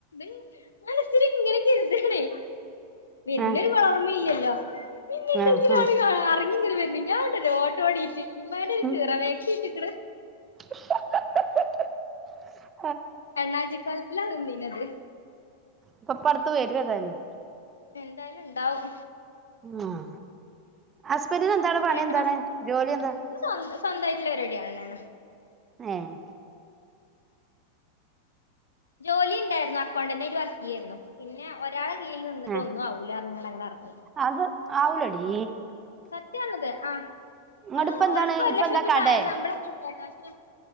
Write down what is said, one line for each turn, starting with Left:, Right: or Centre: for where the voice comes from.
Left: <inaudible> മനസ്സിൽ ഇങ്ങനെ കരുതാണ്. വരുന്നൊരു
Right: ആഹ്
Left: കൊളർമ്മിം ഇല്ലല്ലോ പിന്നെ എന്തെങ്കിലും
Right: ആഹ് ആഹ്
Left: അറിയോ അറങ്ങി ഇങ്ങനെ വരുന്നു ഞാൻ ഓട്ടോടിട്ട് ഇമ്മാന്റൊരു ഒരു
Right: ഉം
Left: കീറ മാക്സി ഇട്ട്കണ്.
Right: <inaudible>
Left: അണ്ണാച്ചി കോലത്തിലാ നിന്നിന്നത്.
Right: ഇപ്പ ഇപ്പടുത്ത് വരും ഏതായാലും.
Left: നിഎന്തായാലും ഉണ്ടാവും.
Right: ആഹ് ഹസ്ബൻഡിന് എന്താ അവിടെ
Left: ഇപ്പൊ
Right: പണി
Left: രണ്ട്
Right: എന്താണ്?
Left: മാസം
Right: ജോലി എന്താ?
Left: സ്വന്ത സ്വന്തയിട്ടുള്ള പരിപാടി ആണ്.
Right: ഏഹ്
Left: ജോലിണ്ടായിരുന്നോ അകൗണ്ടൻ്റൊയിട്ട് വർക്ക് ചെയ്യായിരുന്നു പിന്നെ ഒരാളെ കീഴിൽ നിന്നട്ട്
Right: ഏഹ്
Left: ഒന്നു ആവുലാറഞ്ഞിങ്ങാണ്ട് അങ്ങനെ അറങ്ങി
Right: അത് ആവൂലടീ
Left: സത്യംന്നത് ആ
Right: ഇങ്ങട്
Left: അത്
Right: ഇപ്പ എന്താണ്
Left: ഓല്ക്ക് ഒരു
Right: ഇപ്പ
Left: ലക്ഷം
Right: എന്താ
Left: രൂപ
Right: കടേ
Left: ശമ്പളമക്കെ ഉണ്ടായി <unintelligible>